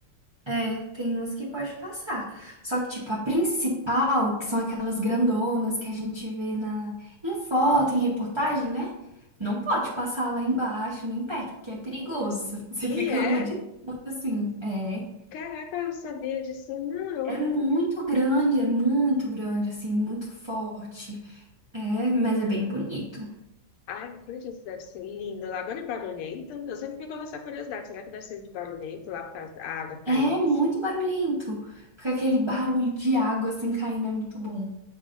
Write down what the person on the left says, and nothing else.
Uhum.
E
é,
caraca, eu não sabia disso, não.
Ai, meu Deus, isso deve ser lindo lá. Agora é barulhento. Eu sempre fico com essa curiosidade. Será que deve ser de barulhento lá por causa da água caindo?
assim?